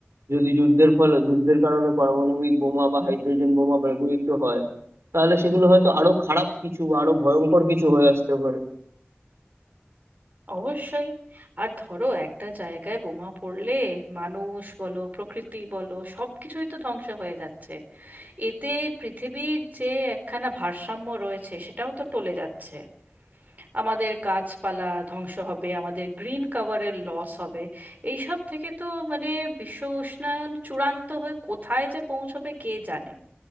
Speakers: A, on the right; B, on the right.
A: যদি যুদ্ধের ফলে যুদ্ধের কারণে পারমাণবিক বোমা বা হাইড্রোজেন বোমা ব্যবহৃত হয় তাহলে সেগুলো হয়তো আরো খারাপ কিছু বা আরো ভয়ঙ্কর কিছু হয়ে আসতে পারে
B: অবশ্যই আর ধরো একটা জায়গায় বোমা পড়লে মানুষ বলো প্রকৃতি বলো সব কিছুই তো ধ্বংস হয়ে যাচ্ছে এতে পৃথিবীর যে একখানা ভারসাম্য রয়েছে সেটাও তো টলে যাচ্ছে আমাদের গাছপালা ধ্বংস হবে আমাদের গ্রিন কভারের লস হবে এই সব থেকে তো মানে বিশ্ব উষ্ণায়ন চূড়ান্ত হয়ে কোথায় যে পৌঁছবে কে জানে